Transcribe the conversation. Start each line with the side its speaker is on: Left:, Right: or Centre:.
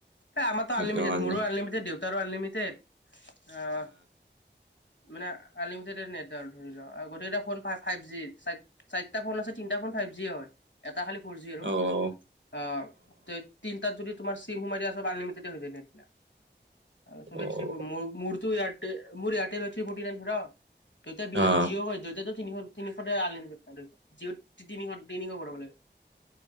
Left: এ', আমাৰতো
Right: সেইটো
Left: আনলিমিটেড,
Right: কাৰণে
Left: মোৰো আনলিমিটেড দেউতাৰো আনলিমিটেড। আহ',। মানে আনলিমিটেডেড নেটৱৰ্ক ধৰিল গোটেইকেইটা ফোন ফাইভ-ফাইভ জি সাইড চাৰিটা ফোন আছে তিনিটা ফোন ফাইভ জিয়ে হয়, এটা খালি ফৌৰ জি আৰু
Right: অ'
Left: অ', ঠিক তিনতাত যদি তোমাৰ চিম সোমাই দিয়া আছে বা আনলিমিটেডে হৈ যায় নেটবিলাক আৰু চবে
Right: অ'
Left: চি মোৰ-মোৰতো এয়াৰটে- মোৰ এয়াৰটেল হয় থ্ৰী ফৰ্টি নাইন ভৰাও, তেতিয়া বি ই
Right: অ'
Left: জিঅ হয় যতে-ততে তিনিশ-তিনিশতে আনলিমিটেড হয় জিঅ'খন, জিঅ'ত তিনিশ-তিনিশ ভৰাব লাগে।